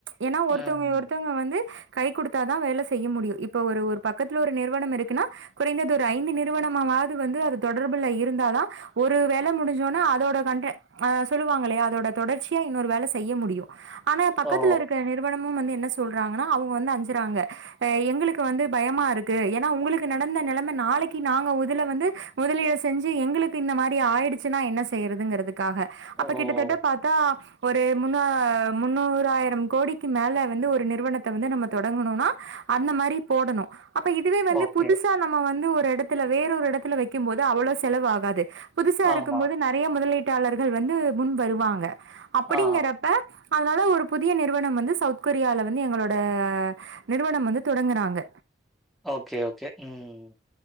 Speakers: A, on the right; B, in the centre.
A: ஏன்னா ஒருத்தங்க
B: ம்.
A: ஒருத்தவங்க வந்து கை குடுத்தாதா வேல செய்ய முடியு இப்ப ஒரு ஒரு பக்கத்துல ஒரு நிறுவனம் இருக்குன்னா குறைந்தது ஒரு ஐந்து நிறுவனமாவது வந்து அது தொடர்புல இருந்தாதா ஒரு வேல முடிஞ்சோனா அதோட கண்ட ஆ சொல்லுவாங்கல்லையா அதோட தொடர்ச்சியா இன்னொரு வேல செய்ய முடியு ஆனா பக்கத்துல
B: ஓ!
A: இருக்க நிறுவனம் ம்மு வந்து என்ன சொல்றாங்கன்னா அவங்க வந்து அஞ்சுறாங்க எங்களுக்கு வந்து பயமா இருக்கு ஏன்னா உங்களுக்குன்ன நடந்த நிலைம நாளைக்கு நாங்கல வந்து முதலீடு செஞ்சி எங்களுக்கு இந்த மாரி ஆயிடுச்சுன்னா என்ன செய்யறதுங்கிறது க்காக அப்ப
B: ஓ!
A: கிட்டத்தட்ட பாத்தா ஒரு முன்னா முன்னூறாயிரம் கோடிக்கு மேல வந்து ஒரு நிறுவனத்த வந்து நம்ம தொடங்கணுனா அந்த மாரி போடணு அப்ப இதுவே வந்து
B: ஓகே.
A: புதுசா நம்ம வந்து ஒர் எடத்ல வேற ஒரு எடத்ல வெக்கு போது அவ்ள செலவு ஆகாது புதுசா
B: ஆமா.
A: இருக்கும் போது நெறய முதலீட்டு டாளர்கள் வந்து முன் வருவாங்க அப்படிங்கறப்ப
B: ஆ
A: அதனால ஒரு புதிய நிறுவனம் வந்து சவுத் கொரியால வந்து எங்களோட நிறுவனம் வந்து தொடங்குறாங்க
B: ஓகே ஓகே கே உம்